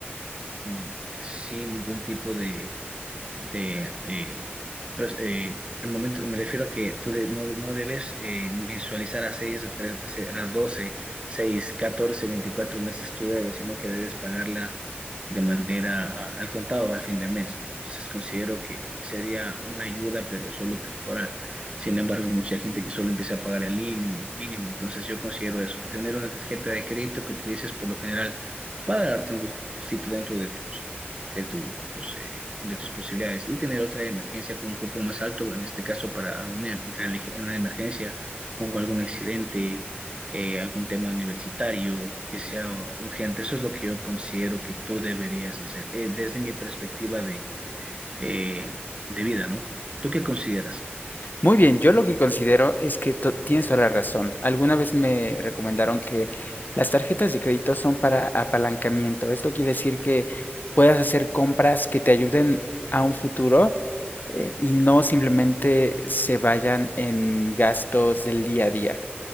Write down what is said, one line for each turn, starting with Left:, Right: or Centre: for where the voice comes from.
Right: mm, sin ningún tipo de de, eh, pues, eh, al momento me refiero a que tú de- no, no debes eh, mensualizar a 6 o 3 a se- a 12, 6, 14, 24 meses tu debes, sino que debes pagarla de manera a- al contado al fin de mes, ¿no? Entonces considero que sería una ayuda, pero es solo temporal. Sin embargo, hay mucha gente que solo empieza a pagar el mínimo, mínimo. Entonces yo considero eso, a tener una tarjeta de crédito que utilices por lo general para darte un gustito dentro de tus de tus, eh, de tus posibilidades y tener otra emergencia con un cupo más alto, en este caso para alguna relig- una emergencia como algún accidente, eh, algún tema universitario que sea urgente. Eso es lo que yo considero que tú deberías hacer, eh, desde mi perspectiva de, eh, de vida, ¿no? ¿Tú qué consideras?
Left: Muy bien, yo lo que considero es que to- tienes toda la razón. Alguna vez me recomendaron que las tarjetas de crédito son para apalancamiento. Esto quiere decir que puedas hacer compras que te ayuden a un futuro eh, y no simplemente se vayan en gastos del día a día.